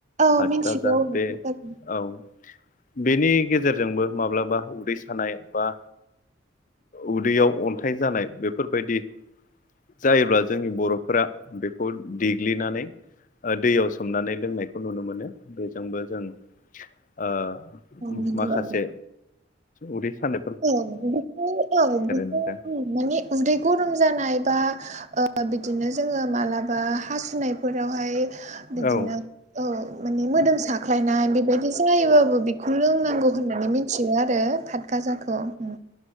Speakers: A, on the right (about 35°); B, on the left (about 40°).
A: औ
B: फादगाजा
A: मिथिगौ औ नंगौ
B: बे औ बेनि गेजेरजोंबो माब्लाबा उदै सानाय बा उदैयाव अन्थाइ जानाय बेफोरबायदि जायोब्ला जोंनि बर'फोरा बेखौ देग्लिनानै दैयाव सोमनानै लोंनायखौ नुनो मोनो। बेजोंबो जों ओ
A: नंगौ
B: माखासे उदै सानो
A: औ बेखौ औ बेखौ
B: नोंथां
A: माने उदै गरम जानाय बा ओ बिदिनो जोङो मालाबा हासुनायफोरावहाय बिदिनो
B: औ
A: औ माने मोदोम साख्लायनाय बेबायदि जायोबाबो बेखौ लोंनांगौ होननानै मिथियो आरो‌। आरो फातगाजाखौ ओम